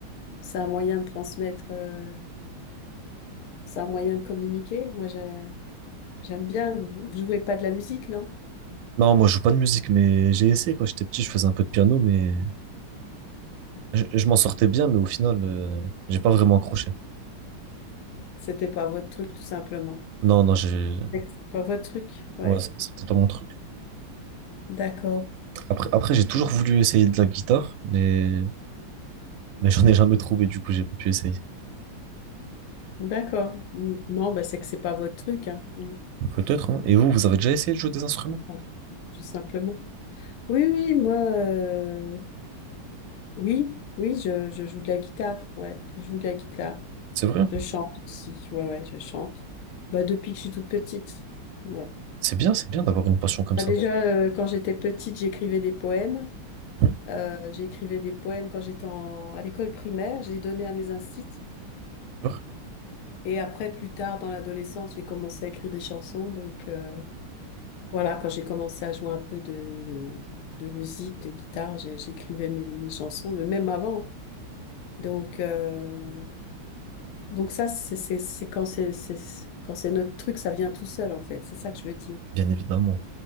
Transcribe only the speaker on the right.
Non, moi, je joue pas de musique, mais j'ai essayé quand j'étais petit, je faisais un peu de piano, mais je, je m'en sortais bien, mais au final, euh, j'ai pas vraiment accroché.
Non, non, j'ai,
ouais, c'est c'est peut-être pas mon truc.
Après, après, j'ai toujours voulu essayer de la guitare, mais, mais j'en ai jamais trouvé, du coup, j'ai pas pu essayer.
Peut-être, hein. Et vous, vous avez déjà essayé de jouer des instruments?
C'est vrai?
C'est bien, c'est bien d'avoir une passion comme
ça.
Mhm,
D'accord.
Bien évidemment.